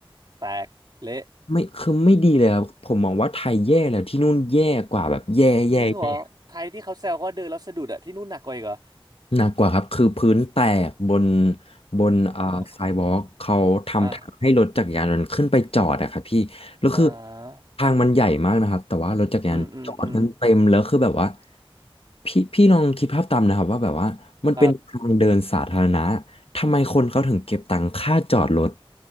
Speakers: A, on the right; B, on the left.
A: แตก เละ
B: ไม่คือไม่ดีเลยครับผมมองว่าไทยแย่แล้วที่นู่นแย่กว่าแบบแย่แย่แย่
A: จริงเหรอไทยที่เขาแซวก็เดินแล้วสะดุดอะที่นู่นหนักกว่าอีกเหรอ
B: หนักกว่าครับคือพื้นแตกบนบนอ่าไซวอล์กเขาทำทางให้รถจักรยานยนต์ขึ้นไปจอดอะครับพี่แล้วคือ
A: โอ้โห <laughs> อ่ะอ่า
B: ทางมันใหญ่มากนะครับแต่ว่ารถจักรยานจอดกันเต็มแล้วคือแบบว่า
A: อืมอืมอืม
B: พี่พี่ลองคิดภาพตามนะครับว่าแบบว่ามันเป็นทางเดินสาธารณะ
A: ครับ
B: ทำไมคนเขาถึงเก็บตังค่าจอดรถ